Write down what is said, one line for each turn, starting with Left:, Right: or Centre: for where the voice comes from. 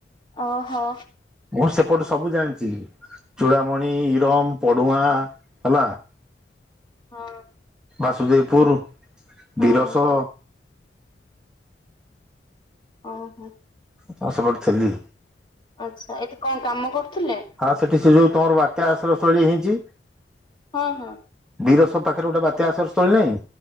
Left: ଓହୋ।
Centre: ମୁଁ ସେପଟ ସବୁ ଜାଣିଚି ଚୂଡାମଣି, ଇରମ୍, ପଡୁଆଁ ହେଲା।
Left: ହଁ।
Centre: ବାସୁଦେବପୁର
Left: ହଁ
Centre: ଦିରସ।
Left: ଓହୋ।
Centre: ତମ ସେପଟେ ଥିଲି।
Left: ଆଚ୍ଛା ଏଠି କଣ କାମ କରୁଥିଲେ?
Centre: ହଁ ସେଠି ସେ ଯୋଉ ତମର ବାତ୍ୟା ଆଶ୍ରୟ ସ୍ଥଳୀ ହେଇଚି।
Left: ହଁ ହଁ।
Centre: ବୀରସ ପାଖରେ ଗୋଟେ ବାତ୍ୟା ଆଶ୍ରୟ ସ୍ଥଳୀ ନାଇଁ?